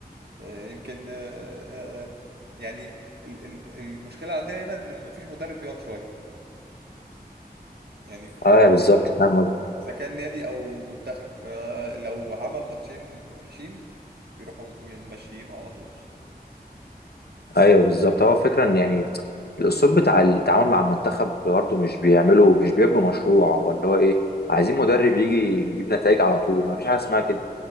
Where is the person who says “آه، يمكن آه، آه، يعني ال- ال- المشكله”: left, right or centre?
Right